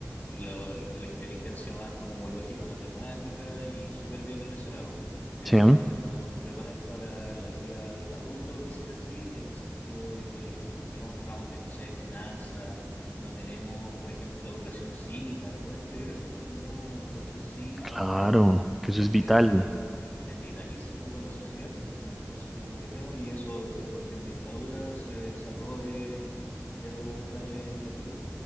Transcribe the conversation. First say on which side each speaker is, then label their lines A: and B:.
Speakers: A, on the left; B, in the centre.
A: la, la inteligencia más como lógica matemática y súper bien en ese lado, pero
B: Sí, ¿no?
A: no nos preparan para la vida adulta, por decir así, en el sentido de que no tenemos ramos de, no sé, finanzas, no tenemos, por ejemplo, educación cívica. ¿Puedes creer eso que no tengamos educación cívica?
B: claro, que eso es
A: que
B: vital.
A: es algo, es vitalísimo para la sociedad, y entonces no lo tenemos, y eso es porque en dictadura se sacó de, de los planes educativos.